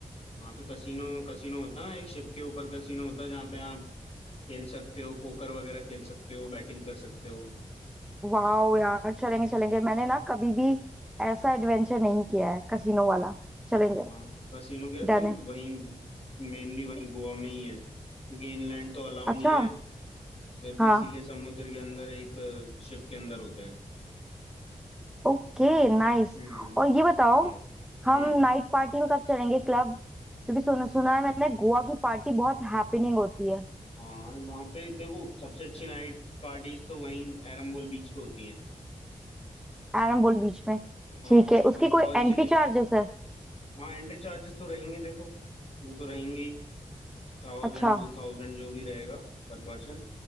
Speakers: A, on the left; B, in the centre.
A: वहाँ पे कसिनो कसिनो होता है ना एक शिप के ऊपर कसिनो होता है जहाँ पे आप खेल सकते हो पोकर वगैरह खेल सकते हो बैटिंग कर सकते हो
B: वाह यार चलेंगे चलेंगे मैंने ना कभी भी ऐसा एडवेंचर नहीं किया है कसीनो वाला चलेंगे
A: वहाँ कसिनो क्या है, सिर्फ
B: डन है
A: वहीं मेनली वहीं गोवा में ही है क्योंकि इनलैंड तो अलाउ नहीं
B: अच्छा
A: है सिर्फ
B: हाँ
A: इसीलिए समुद्र के अंदर एक शिप के अंदर होते हैं
B: ओके नाइस
A: हम्म
B: और ये बताओ
A: ये है। हम्म
B: हम नाइट पार्टी में कब चलेंगे क्लब क्योंकि सुना सुना है मैंने गोवा की पार्टी बहुत हैपनिंग होती है
A: हाँ वहाँ पे देखो सबसे अच्छी नाइट पार्टीज तो वहीं एरम्बोल बीच पे होती हैं
B: एरम्बोल बीच में
A: हाँ
B: ठीक है
A: तो अपन
B: उसकी कोई
A: फर्स्ट
B: एंट्री
A: डे
B: चार्जेस है
A: हाँ एंट्री चार्जेस तो रहेंगे देखो वो तो रहेंगे ही थाउजेंड
B: अच्छा
A: टू थाउजेंड जो भी रहेगा पर पर्सन